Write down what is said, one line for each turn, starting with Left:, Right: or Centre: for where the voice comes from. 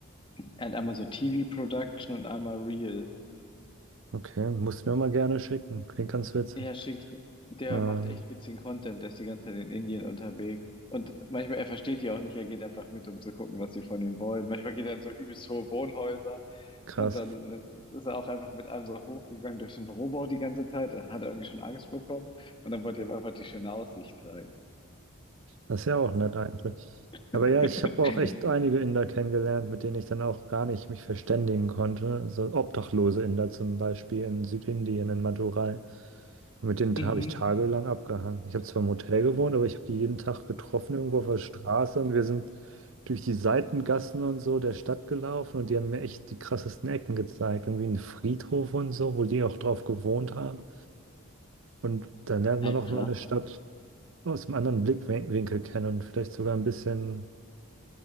Left: Er hat einmal so TV-Production und einmal Real.
Right: Okay, musst du mir mal gerne schicken. Klingt ganz witzig.
Left: Ja, schickt, der
Right: Ähm,
Left: macht echt witzigen Content, der ist die ganze Zeit in Indien unterwegs. Und manchmal, er versteht die auch nicht, er geht einfach mit, um zu gucken, was sie von ihm wollen. Manchmal geht er in so übelst hohe Wohnhäuser
Right: krass.
Left: und dann letztens ist er auch einfach mit einem so hochgegangen durch den Rohbau die ganze Zeit, dann hat er irgendwie schon Angst bekommen und dann wollte er ihm einfach die schöne Aussicht zeigen.
Right: Das ist ja auch nett eigentlich. Aber
Left: <laughs>
Right: ja, ich habe auch echt einige Inder kennengelernt, mit denen ich dann auch gar nicht mich verständigen konnte. So obdachlose Inder zum Beispiel in Südindien, in Madurai. Und mit denen
Left: Mhm.
Right: habe ich tagelang abgehangen. Ich habe zwar im Hotel gewohnt, aber ich habe die jeden Tag getroffen irgendwo auf der Straße und wir sind durch die Seitengassen und so der Stadt gelaufen und die haben mir echt die krassesten Ecken gezeigt. Irgendwie einen Friedhof und so, wo die auch drauf gewohnt haben. Und dann lernt
Left: Ja,
Right: man
Left: krass.
Right: auch mal eine Stadt aus einem anderen Blickwinkel kennen und vielleicht sogar ein bisschen